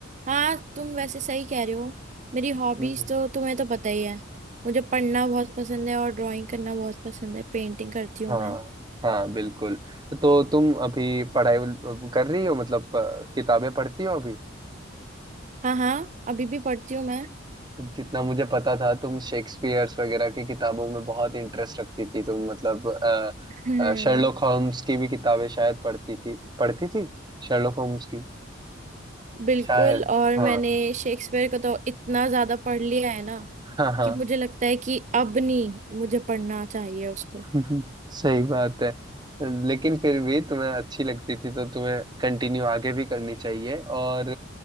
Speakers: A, on the right; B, on the right.
A: हाँ तुम वैसे सही कह रहे हो मेरी हॉबीज
B: हम्म।
A: तो तुम्हें तो पता ही है मुझे पढ़ना बहुत पसंद है और ड्राइंग करना बहुत पसंद है पेंटिंग करती हूँ
B: हाँ
A: मैं
B: हाँ बिल्कुल तो तुम अभी पढ़ाई वल- कर रही हो मतलब अ, किताबें पढ़ती हो अभी
A: हाँ हाँ अभी भी पढ़ती हूँ मैं
B: जितना मुझे पता था तुम शेक्सपियर्स वगैरह की किताबों में बहुत इंटरेस्ट रखती थी तुम मतलब
A: हम्म,
B: अ, शर्लॉक होम्स की भी किताबें शायद पढ़ती थी पढ़ती थी शर्लॉक होम्स की
A: बिल्कुल
B: शायद
A: और
B: हाँ
A: मैंने शेक्सपियर का तो इतना ज्यादा पढ़ लिया है ना
B: हाँ हाँ
A: कि मुझे लगता है कि अब नहीं मुझे पढ़ना चाहिए उसको
B: हम्म, सही बात है लेकिन फिर भी तुम्हें अच्छी लगती थी तो तुम्हें कंटिन्यू आगे भी करनी चाहिए और